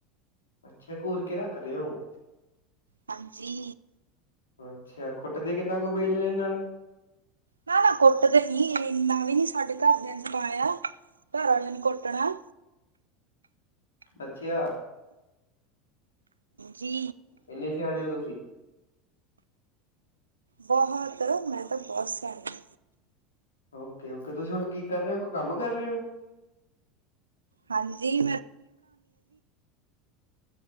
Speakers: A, on the left; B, on the right.
A: ਅੱਛਾ। ਘੁਰ ਕੇ ਰੱਖਦੇ ਹੋ?
B: ਹਾਂਜੀ।
A: ਅੱਛਾ। ਕੁੱਟਦੇ ਕਿੰਨਾ ਕੁ ਹੋ, ਬੇ ਲਣੇ ਨਾਲ?
B: ਨਾ- ਨਾ, ਕੁੱਟਦੇ ਨੀ, ਇੰਨਾ ਵੀ ਨੀ ਸਾਡੇ ਘਰਦਿਆਂ ਨੇ, ਸਿਖਾਇਆ। ਘਰ ਵਾਲਿਆਂ ਨੂੰ ਕੁੱਟਣਾ।
A: ਅਛੇਆ।
B: ਜੀ।
A: ਇੰਨੇ, ਸਿਆਣੇ ਹੋ ਤੁਸੀਂ?
B: ਬਹੁਤ। ਮੈਂ ਤਾਂ, ਬਹੁਤ ਸਿਆਣੀ।
A: ਓਕੇ ਓਕੇ ਤੁਸੀਂ ਹੁਣ ਕੀ ਕਰ ਰਹੇ ਹੋ ਕੰਮ ਕਰ ਰਹੇ ਹੋ
B: ਹਾਂਜੀ